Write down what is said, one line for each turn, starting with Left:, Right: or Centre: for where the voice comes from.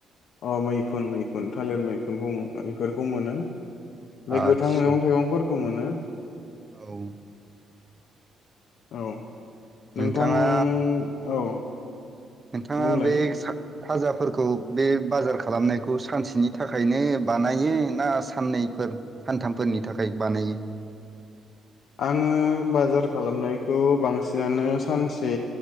Left: अ मै मैखुन मैखुन थालिर मैखुन बुङो इफोरखौ मोनो बै
Right: आदसा
Left: गोथां मैगं थाइगंफोर खौ मोनो
Right: औ
Left: औ नोंथां
Right: नोंथाङा
Left: औ
Right: नोंथाङा
Left: बुंलाय
Right: बे <unintelligible> खाजाफोरखौ बे बाजार खालामनायखौ सानसेनि थाखायनो बानायो ना साननैफोर सानथामफोरनि थाखाय बानायो?
Left: आङो बाजार खालामनायखौ बांसिनानो सानसे